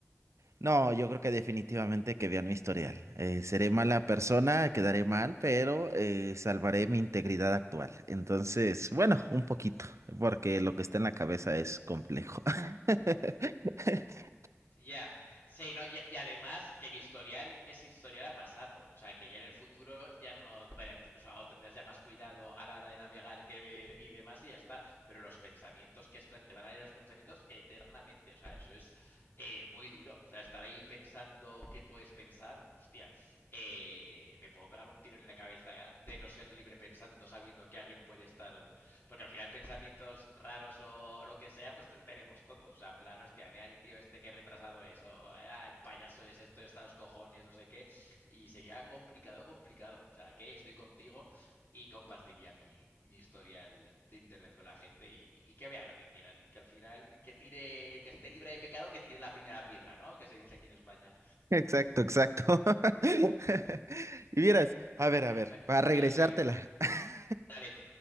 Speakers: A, on the right; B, on the left.
A: No, yo creo que definitivamente que vean mi historial. Eh, seré mala persona, quedaré mal, pero eh, salvaré mi integridad actual. Entonces, bueno, un poquito, porque lo que está en la cabeza es complejo. <laughs>
B: Ya, sí, no, y, y además que el historial es historial a pasado, o sea, que ya en el futuro ya no, veré- o sea, o tendrás ya más cuidado a la hora de navegar, que ver y demás y ya está, pero los pensamientos que es plan, te van a leer los pensamientos eternamente, o sea, eso es eh, muy duro, o sea, estar ahí pensando qué puedes pensar, hostia, eh, me puedo pegar un tiro en la cabeza de no ser libre pensando, sabiendo que alguien puede estar porque al final pensamientos raros o lo que sea, pues tenemos todos. O sea, plan, hostia, mira el tío este que retrasado es, o ah, el payaso es esto, está los cojones, no sé qué. Y sería complicado, complicado. O sea, que estoy contigo y compartiría mi, mi historial de internet con la gente y, y que vean lo que quieran. Que al final, que tire, el que esté libre de pecado, que tire la primera piedra, ¿no? Que se dice aquí en España.
A: Exacto, exacto. <laughs> Y vieras, a ver, a ver,
B: pe-
A: para regresártela.
B: perfecto, pues
A: <laughs>
B: dale.